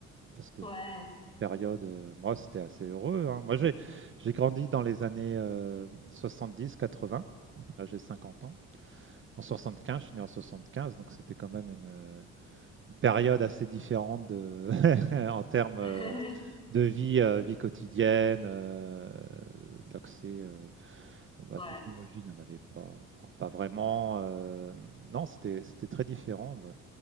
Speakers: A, on the right; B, on the left.
A: Parce que
B: Ouais.
A: c'était une période, euh, moi, c'était assez heureux. hein. Moi, j'ai, j'ai grandi dans les années 70-80. Là, j'ai 50 ans. En 75, je suis né en 75, donc c'était quand même une, euh, une période assez différente de, <laughs> en termes euh,
B: <laughs>
A: de vie, euh, vie quotidienne, euh, d'accès euh, Heu, bah,
B: Ouais.
A: technologie, il y en avait pas, enfin pas vraiment, heu, non, c'était c'était très différent, bah